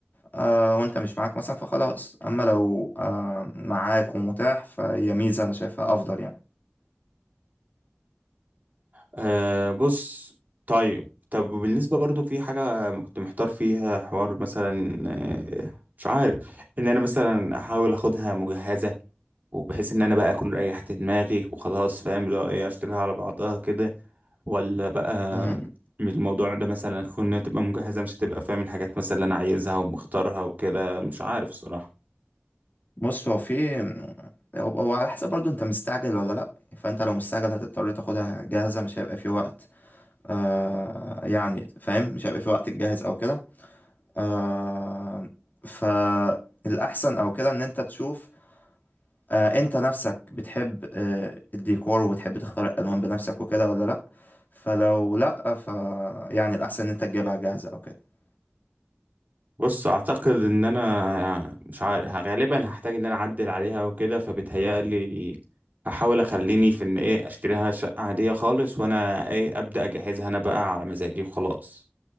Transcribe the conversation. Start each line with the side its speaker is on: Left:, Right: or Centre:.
Left: آه، وانت مش معاك مثلا فخلاص أما لو آه، معاك ومتاح فهي ميزة أنا شايفها أفضل
Right: أه بص طيب طب بالنسبة برضو في حاجة كنت محتار فيها حوار مثلا آه، مش عارف ان انا مثلا احاول اخدها مجهزة وبحيث ان انا بقى اكون ريحت دماغي وخلاص فاهم لو ايه اشتريها على بعضها كده ولا بقى
Left: يعني
Right: من الموضوع ده مثلا كنا تبقى مجهزة مش هتبقى فاهم الحاجات مثلا اللي انا عايزها ومختارها وكده مش عارف الصراحة
Left: بص هو في هو هو على حسب برضو انت مستعجل ولا لا فانت لو مستعجل هتضطر تاخدها جاهزة مش هيبقى في وقت آه يعني فاهم مش هيبقى في وقت تجهز او كده آه فالأحسن او كده ان انت تشوف آه انت نفسك بتحب آه الديكور وبتحب تختار الألوان بنفسك وكده ولا لا فلو لا ف يعني الأحسن ان انت تجيبها جاهزة او كده
Right: بص اعتقد ان انا مش عارف غالبا هحتاج ان انا اعدل عليها وكده فبتهيألي هحاول اخليني في ان ايه اشتريها شقة عادية خالص وانا ايه ابدأ اجهزها انا بقى على مزاجي وخلاص